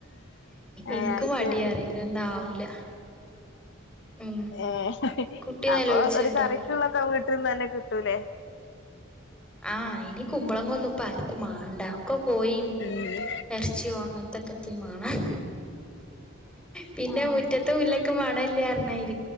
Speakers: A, on the left; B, in the centre.
A: ഏ
B: എനക്ക്
A: അത്
B: മടിയാണ്
A: ശരി
B: ഇതൊന്നു ആവൂല. ഉം
A: ഏ
B: കുട്ടി നെലോളിച്ച്ണ്ടോ
A: അപ്പൊ ഒരു കറിക്കുള്ളൊക്കെ വീട്ടിന്ന് തന്നെ കിട്ടൂലേ?
B: ആഹ് ഇനി കുമ്പളന്നും ഇപ്പ ആർക്കും മാണ്ട ഒക്കെ പോയി.
A: ആഹ്
B: എറച്ചിയോ അങ്ങനത്തെക്കെത്തിെം മേണം. പിന്നെ മുറ്റത്ത മുല്ലക്കും മാണല്ലന്നറിഞ്ഞായിരി